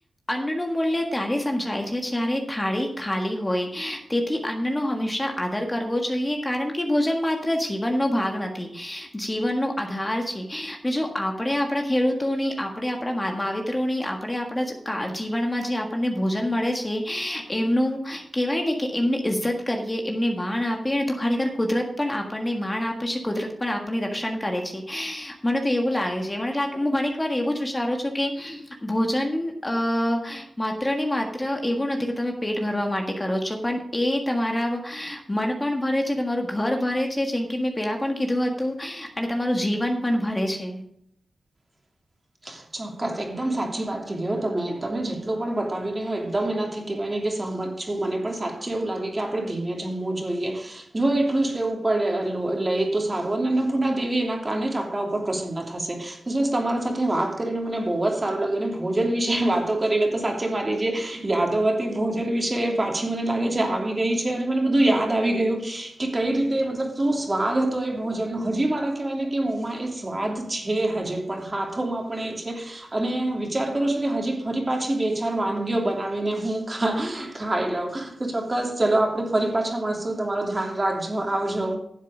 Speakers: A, on the left; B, on the right.
A: અન્નનું મૂલ્ય ત્યારે સમજાય છે જ્યારે થાળી ખાલી હોય તેથી અન્ન નો હંમેશા આદર કરવો જોઈએ કારણ કે ભોજનમાં ત્ર જીવન નો ભાગ નથી. થી જીવનનો આધાર છે. જો આપણે આપણા ખેડૂતોની આપણે આપણા મા માવિત્રોની આપણે આપણાા કા જીવનમાં જે આપણને ભોજન મળે છે. એમનું કેહેવાય ને કે એમને ઈજ્જત કરીએ એમને માણ આપીએ ને તો ખરેખર કુદરત પણ આપણને માન આપે છે કુદરત પણ આપને રક્ષણ કરે છે મને તો એવું લાગે છે મને લાગે હું ઘણીક વાર એવું જ વિચારું છું કે ભોજન અ માત્ર ને માત્ર એવું નથી કે તમે પેટ ભરવા માટે કરો છો પણ એ તમારા મન પણ ભરે છે, તમારું ઘર ભરે છે, જેમ કી મેં પેલા પણ કીધું હતું અને તમારું જીવન પણ ભરે છે.
B: <inaudible> ચોક્કસ એકદમ સાચી વાત કીધી હોય તમે તમે જેટલું પણ બતાવીયું નહી હો એકદમ એનાથી કહેવાય નહીં કે સહમત છું મને પણ સાચે એવું લાગે કે આપણે ધીમે જમવું જોઈએ. જો એટલું જ લેવું પડે અ લઈએ તો સારું અન્નપૂર્ણા દેવી એના કારણે જ આપડા ઉપર પ્રસન્ન થાશે. એસલીસ તમારા સાથે વાત કરીને મને બહુ જ સારું લાગ્યું અને ભોજન વિશે વાતો કરીને તો સાચે મારી જે યાદોવતી ભોજન વિશે પાછી મને લાગે છે આવી ગઈ છે અને મને બધું યાદ આવી ગયું. કે કઈ રીતે મતલબ શું સ્વાદ હતો એ ભોજનનો હજી મારા કહેવાય ને કે મોમા એ સ્વાદ છે હજે પણ હાથોમાં પણ એ છે. અને વિચાર કરું છું કે હજી ફરી પાછી બે ચાર વાનગીઓ બનાવીને હું ખ ખાઈ લઉં. તો ચોક્કસ ચલો આપણે ફરી પાછા મળશું તમારું ધ્યાન રાખજો આવજો.